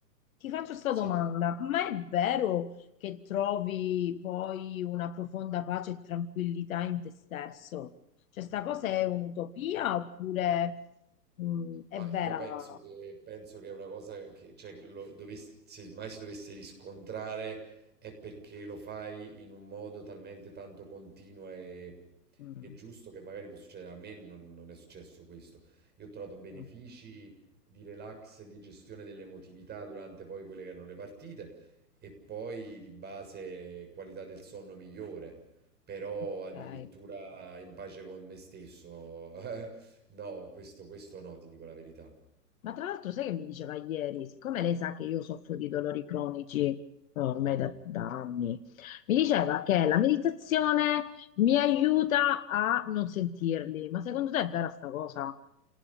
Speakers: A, on the left (about 55°); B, on the right (about 20°).
A: ti faccio questa
B: Sì.
A: domanda. Ma è vero che trovi poi una profonda pace e tranquillità in te stesso? Cioè, sta cosa è un'utopia oppure mm, è
B: Ma
A: vera?
B: io penso che, penso che è una cosa che, cioè, lo dovess- se mai si dovesse riscontrare è perché lo fai in un modo talmente tanto continuo e,
A: Mm,
B: e giusto che magari può succedere. A me non, non è successo questo. Io ho trovato benefici
A: mm,
B: di relax, di gestione dell'emotività durante poi quelle che erano le partite e poi di base qualità del sonno migliore, però
A: Ok.
B: addirittura in pace con me stesso. <laughs> No, questo, questo no, ti dico la verità.
A: Ma tra l'altro, sai che mi diceva ieri, siccome lei sa che io soffro di dolori cronici oh, ormai
B: Mm.
A: da, da anni, mi diceva che la meditazione mi aiuta a non sentirli. Ma secondo te è vera sta cosa?